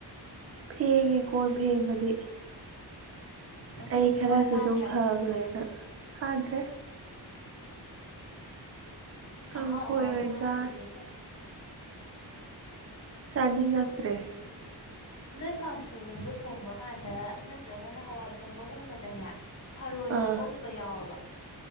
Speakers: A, on the right; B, on the left.
A: ꯐꯦꯡꯉꯦ ꯀꯣꯟ ꯐꯦꯡꯕꯗꯤ
B: ꯉꯁꯤꯗꯤ
A: ꯑꯩ ꯈꯔꯁꯨ
B: ꯁꯥ ꯆꯥꯗ꯭ꯔꯦ
A: ꯑꯗꯨꯝ ꯐꯈ꯭ꯔꯦꯅ ꯍꯗ꯭ꯔꯦ ꯀꯥꯡꯁꯣꯏ
B: ꯑꯥꯎ ꯎꯍꯥꯎ
A: ꯑꯣꯏꯅ
B: ꯆꯔ
A: ꯆꯥꯔꯦ
B: ꯂꯤꯒꯦ
A: ꯆꯥꯅꯤꯡꯉꯛꯇ꯭ꯔꯦ
B: ꯑꯣꯦ <inaudible> ꯅꯣꯏ ꯀꯥꯡꯁꯣꯏꯒꯨꯝꯕ ꯊꯣꯡꯕ ꯀꯥꯟꯗ ꯅꯠꯇ꯭ꯔꯒꯅ ꯍꯋꯥꯏ ꯊꯣꯡꯕꯒꯨꯝꯕꯗꯅꯦ ꯊꯔꯣꯏ
A: ꯑꯥ
B: ꯍꯥꯞꯄꯒꯨꯝꯕ ꯌꯥꯎꯔꯕ